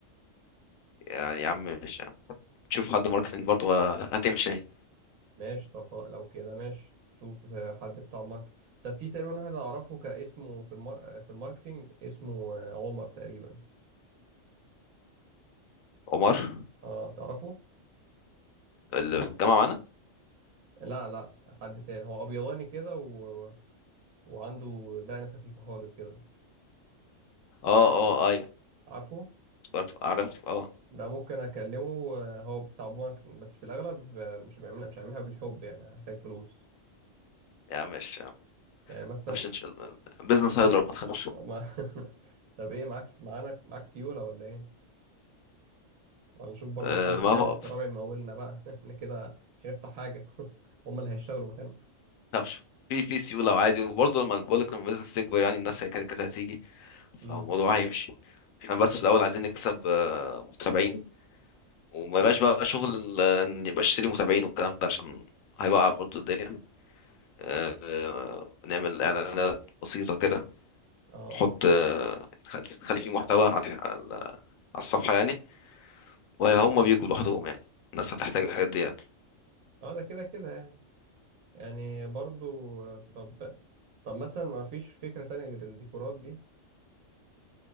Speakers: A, on the left (about 85°); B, on the right (about 90°).
A: يعني يا يا عم مش شوف حد ماركتنج برضه آه، هتمشي
B: <laughs> ماشي طب خلاص لو كده ماشي نشوف آه، حد بتاع ماركت طب في تقريبا واحد اعرفه كاسمه في المار... في الماركتينج اسمه آه، عمر تقريبا
A: عمر
B: اه تعرفه
A: اللي في الجامعة معانا
B: لا لا حد تاني هو ابيضاني كده و... وعنده دقن خفيفه خالص كده
A: اه اه ايوه
B: عارفه
A: افتكرت اعرف اه
B: ده ممكن اكلمه آه، هو بتاع ماركتنج بس في الاغلب آه، مش بيعمل مش هعملها بالحب يعني هحتاج فلوس
A: يا عم مش ما
B: يعني مثلا
A: تخافش ان شاء الله بزنس هيضرب ما تخافش
B: ما... <laughs> طب ايه معاك معانا معاك سيوله ولا ايه ولا نشوف برضو
A: آه،
B: حد
A: ما
B: تاني
A: هو-
B: الرابع
A: ما
B: يمولنا بقى <laughs> احنا كده مش هنفتح حاجه <laughs> هم اللي هيشتغلوا مكاننا
A: تخافش في في سيولة وعادي وبرضه لما بقول لك لما البيزنس يكبر يعني الناس هي كده كده هتيجي فالموضوع
B: امم
A: هيمشي احنا بس في الاول عايزين نكسب آه، متابعين وما يبقاش بقى شغل آه، ان يبقى اشتري متابعين والكلام ده عشان هيوقع برضه الدنيا آه، آه، نعمل اعلانات بسيطة كده
B: اه
A: نحط آه، نخلي نخلي فيه محتوى على على على الصفحة يعني وهم بيجوا لوحدهم يعني الناس هتحتاج الحاجات دي يعني
B: اه ده كده كده يعني. يعني برضو آه، طب طب مثلا ما فيش فكرة تانية غير الديكورات دي